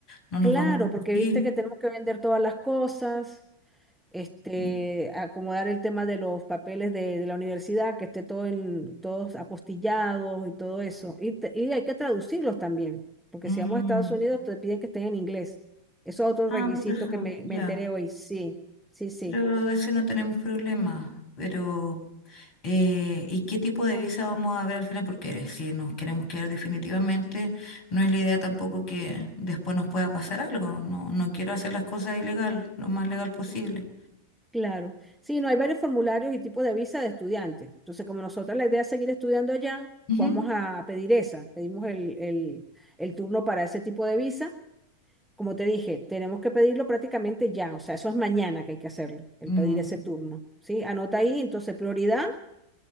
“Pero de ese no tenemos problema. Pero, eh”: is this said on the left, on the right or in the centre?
Left